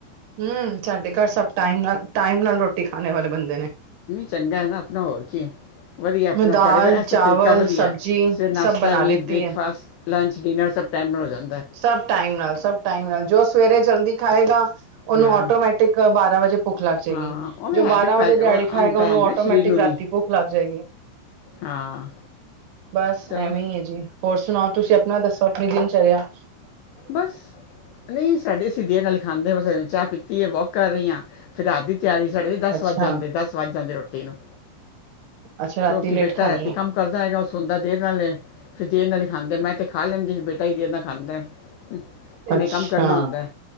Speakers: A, on the right (about 65°); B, on the left (about 80°).
A: ਹੂੰ, ਸਾਡੇ ਘਰ ਸਭ ਟਾਈਮ ਨਾਲ ਟਾਈਮ ਨਾਲ ਰੋਟੀ ਖਾਣੇ ਵਾਲੇ ਬੰਦੇ ਨੇ।
B: ਚੰਗਾ ਏ ਨਾ ਆਪਣਾ ਹੋਰ ਕੀ ਵਧੀਆ ਆਪਣਾ
A: ਮੈਂ ਦਾਲ,
B: ਤੁਹਾਡੇ ਘਰ ਇਹ
A: ਚਾਵਲ,
B: ਸਭ ਤਰੀਕਾ ਵਧੀਆ
A: ਸਬਜ਼ੀ
B: ਏ। ਸਵੇਰੇ ਨਾਸ਼ਤਾ
A: ਸਭ ਬਣਾ
B: ਵੀ
A: ਦਿੱਤੀ
B: ਬ੍ਰੇਕਫਾਸਟ,
A: ਹੈ।
B: ਲੰਚ, ਡਿਨਰ ਸਭ ਟਾਈਮ ਨਾਲ ਹੋ ਜਾਂਦਾ।
A: ਸਭ ਟਾਈਮ ਨਾਲ, ਸਭ ਟਾਈਮ ਨਾਲ ਜੋ ਸਵੇਰੇ ਜਲਦੀ ਖਾਏਗਾ ਉਹਨੂੰ
B: ਹਾਂ
A: ਆਟੋਮੈਟਿਕ ਬਾਰਾਂ ਵਜੇ ਭੁੱਖ ਲੱਗ ਜਾਏਗੀ।
B: ਹਾਂ ਉਹ ਵੀ
A: ਜੋ
B: ਹੈਬਿਟ
A: ਬਾਰਾਂ
B: ਪੈ
A: ਵਜੇ
B: ਉਹ,
A: ਦਿਹਾੜੀ ਖਾਏਗਾ
B: ਅਮ, ਪੈ
A: ਉਹਨੂੰ
B: ਜਾਂਦੀ
A: ਆਟੋਮੈਟਿਕ
B: ਨਾ ਸਰੀਰ ਨੂੰ
A: ਰਾਤੀ
B: ਵੀ
A: ਪੁੱਖ ਲੱਗ ਜਾਏਗੀ।
B: ਹਾਂ।
A: ਬਸ
B: ਚਲੋ
A: ਐਵੇਂ ਈ ਹੈ ਜੀ ਹੋਰ ਸੁਣਾਓ ਤੁਸੀਂ ਆਪਣਾ ਦੱਸੋ ਆਪਣੀ ਦਿਨਚਰਿਆ?
B: ਬਸ ਨੀਂ ਸਾਡੇ ਸਧੀਆਂ ਨਾਲ ਖਾਂਦੇ ਨੇ ਚਾਹ ਪੀਤੀ ਹੈ ਵੋਕ ਕਰ ਰਈ ਆ। ਫਿਰ ਰਾਤ ਦੀ ਤਿਆਰੀ ਸੜੇ ਦਸ
A: ਅੱਛਾ
B: ਵੱਜ ਜਾਂਦੇ-ਦਸ ਵੱਜ ਜਾਂਦੇ ਰੋਟੀ ਨੂੰ।
A: ਅੱਛਾ ਰਾਤੀ
B: ਕਿਉਂਕਿ
A: ਲੇਟ
B: ਬੇਟਾ
A: ਖਾਂਦੇ
B: ਰਾਤੀ
A: ਹੋ
B: ਕੰਮ ਕਰਦਾ ਹੈਗਾ ਉਹ ਸੋਨਦਾ ਦੇਰ ਨਾਲ ਏ ਫਿਰ ਦੇ ਨਾਲ ਈ ਖਾਂਦਾ, ਮੈਂ ਤਾਂ ਖਾ ਲੈਂਦੀ ਬੇਟਾ ਹੀ ਦੇਰ ਨਾਲ ਖਾਂਦਾ। ਉਹਨੇ
A: ਅੱਛਾ
B: ਕੰਮ ਕਰਨਾ ਹੁੰਦਾ,